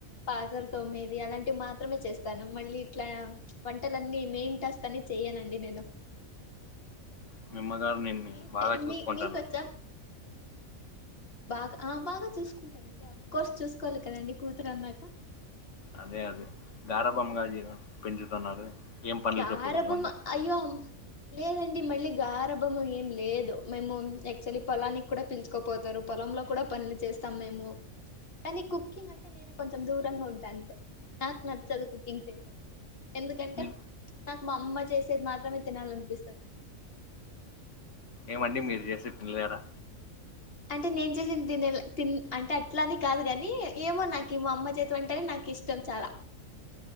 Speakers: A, on the left; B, on the left.
A: పాత్రలు తోమేది అలాంటివి మాత్రమే చేస్తాను మళ్ళీ ఇట్లా వంటలన్నీ మెయిన్ టాస్క్ అన్ని చెయనండి నేను
B: మీ అమ్మగారు నిన్ని
A: మీరు
B: బాగా చూసుకుంటన్నారు
A: మీ మీకొచ్చా బాగా ఆ బాగా చూసుకుంటారండి అఫ కోర్స్ చూసుకోవాలి కదండి కూతురు అన్నాక
B: అదే అదే గారభంగా పెంచుతున్నారు ఏం పనులు
A: గారభం
B: చెప్పుకోకుండా
A: అయ్యో లేదండ్ అండి మళ్ళీ గారభమం ఏం లేదు మేము యాక్చువలీ పొలానికి కూడా పిల్చుకోపోతారు పొలంలో కూడా పనులు చేస్తాం మేము కానీ కుకింగ్ అంటే నేను కొంచెం దూరంగా ఉంటాను అంతే నాకు నచ్చదు కుకింగ్ చేయడం ఎందుకంటే
B: మీ
A: నాకు మా అమ్మ చేసేది మాత్రమే తినాల అనిపిస్తుంది
B: ఏమండి మీరు చేస్తే తినలేరాా
A: అంటే నేను చేసిన తినేల్ తిన్ అంటే అట్లా అనీ కాదు కాని ఏమో నాకు మా అమ్మ చేతి వంట అంటే నాకు ఇష్టం చాలా